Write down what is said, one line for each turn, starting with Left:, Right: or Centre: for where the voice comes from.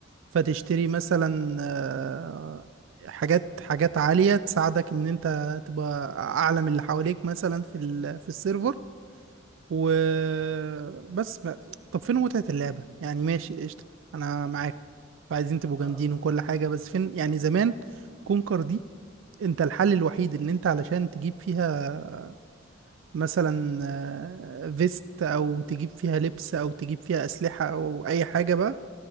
Right: فتشتري
Centre: عشان تكسب
Right: مثلا آه، حاجات حاجات عالية تساعدك ان انت تبقى اعلى من اللي حواليك مثلا في ال... في السيرفر وبس ما... طب فين متعة اللعبة يعني ماشي قشطة انا معاكم عايزين تبقوا
Centre: اه
Right: جامدين وكل حاجة بس فين يعني زمان كونكر دي انت الحل الوحيد ان انت علشان تجيب فيها مثلا آه، فيست او تجيب فيها لبس او تجيب فيها اسلحة او اي حاجة بقى